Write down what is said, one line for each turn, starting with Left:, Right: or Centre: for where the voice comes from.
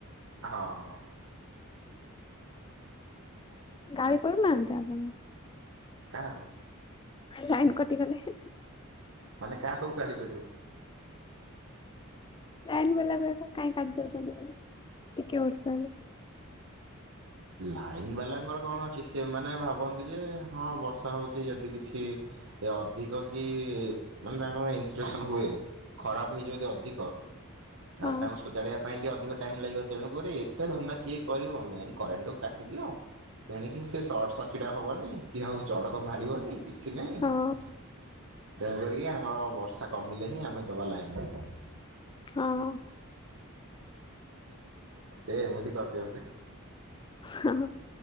Right: ହଁ।
Left: ଗାଳି କରୁନାହାଁନ୍ତି ଆପଣକୁ।
Right: କାହାକୁ।
Left: ଲାଇନ କଟିଗଲେ ହେଁ ହେଁ।
Right: ମାନେ କାହାକୁ କାଳି କରିବୁ।
Left: ଲାଇନ୍ ବାଲାକୁ କହିବ ତ କାଇଁକି କାଟି ଦଉଛନ୍ତି ଟିକେ ବର୍ଷା ହେଲେ।
Right: ଲାଇନ ବାଲାଙ୍କର କଣ ଅଛି ସେମାନେ ଭାବନ୍ତି ଯେ ହଁ ବର୍ଷା ହେଉଛି ଯଦି କିଛି। ଏ ଅଧିକ କି ମାନେ ତାଙ୍କର ଇନ୍ସପେକ୍ସନ ହୁଏ ଖରାପ ହୋଇଯିବ ଯଦି ଅଧିକ। ତାହେଲେ
Left: ହଁ
Right: ତାଙ୍କୁ ସଜାଡିବା। ପାଇଁ ଟିକେ ଅଧିକ ଟାଇମ ଲାଗିବ ତେଣୁ କରି ଏତେ ଧନ୍ଦା କିଏ କରିବ ମେନ୍ କରେଣ୍ଟ ଟାକୁ କାଟିଦିଅ। ଏଣିକି ସେ ସର୍ଟ ସର୍କିଟ୍ ଆଉ ହବନି କି ଆଉ ଚଡକ ମାରିବନି। କିଛି ନାହିଁ
Left: ହଁ
Right: ତେଣୁ କରିକି ଆମର ବର୍ଷା କମିଲେ ହିଁ ଆମେ ଦବା ଲାଇନ୍।
Left: ହଁ।
Right: ସେ ଏମିତି କରି ଦିଅନ୍ତି କି।
Left: ହଁ ହଁ।